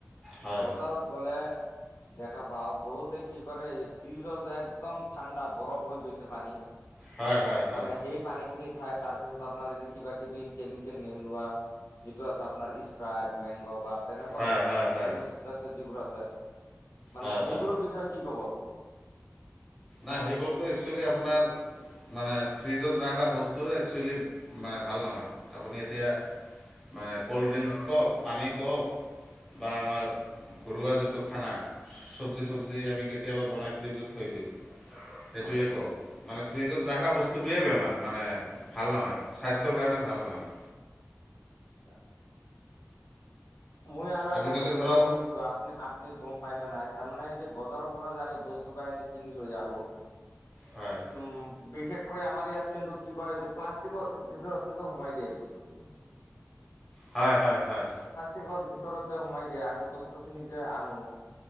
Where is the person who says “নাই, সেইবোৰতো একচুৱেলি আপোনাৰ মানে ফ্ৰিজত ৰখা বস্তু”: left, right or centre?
Centre